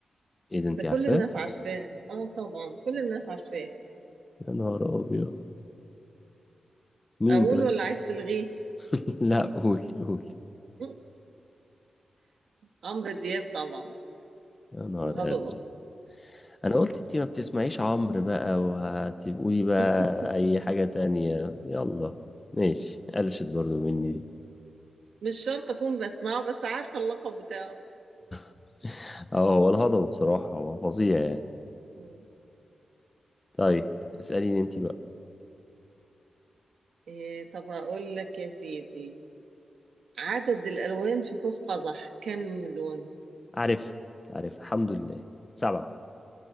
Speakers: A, on the left; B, on the right.
A: ايه ده انتي
B: ده كل
A: عارفاه
B: الناس عارفاه اه طبعا كل الناس عارفاه
A: يا نهار ابيض مين
B: اقول
A: طيب
B: ولا عايز تلغيه
A: <laughs> لا قولي قولي
B: م- عمرو دياب طبعا
A: يا نهار
B: الهضبة
A: أزرق أنا قلت أنتي ما بتسمعيش عمرو بقى وهتقولي بقى
B: <laughs>
A: أي حاجة تانية يلا ماشي قلشت برضو مني دي
B: مش شرط اكون بسمعه بس عارفة اللقب بتاعه
A: <laughs> اه هو الهضبة بصراحة هو فظيع يعني
B: م.
A: طيب اسأليني أنتي بقى
B: إيه طب هقول لك يا سيدي عدد الالوان في قوس قزح كم لون
A: عارف عارف الحمد لله سبعة